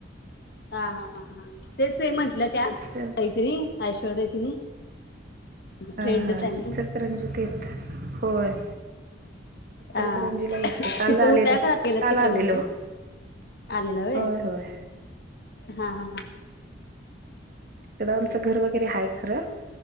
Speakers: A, on the left; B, on the right.
A: हा हा ह हा तेच म्हंटलं त्या
B: इचल
A: त ति ऐश्वर्या तिनी फ्रेंडच
B: हा हा
A: आहे ना
B: हे चल तर रणजित येत होय इचलकरंजीला
A: हा तथ
B: येतोय काल आलेलो
A: उ त्या खरात केलं
B: काल
A: तिकड
B: आलेलो
A: म्हटले आलेला वय
B: होय होय
A: हा ह ह
B: तिकडं आमचं घर वगैरे हाय खरं